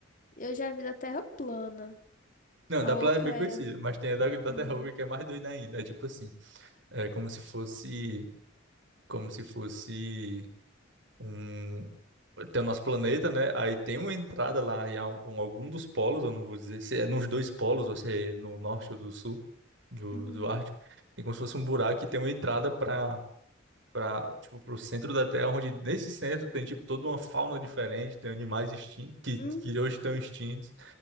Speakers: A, on the left (about 40°); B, on the right (about 70°).
A: Eu já vi da Terra plana.
B: Não,
A: A
B: da Plana
A: oca
B: é bem
A: é.
B: conhecida, mas tem a da, da
A: Uhum.
B: Terruga que é mais doida ainda. É tipo assim, é como se fosse, como se fosse um, tem o nosso planeta, né? Aí tem uma entrada lá em al- em algum dos polos, eu não vou dizer se é nos dois polos ou se é no norte ou do sul do,
A: Uhum.
B: do Ártico. Tem como se fosse um buraco que tem uma entrada para para tipo pro centro da Terra, onde nesse centro tem tipo toda uma fauna diferente, tem animais extintos que,
A: Hum,
B: que hoje estão extintos,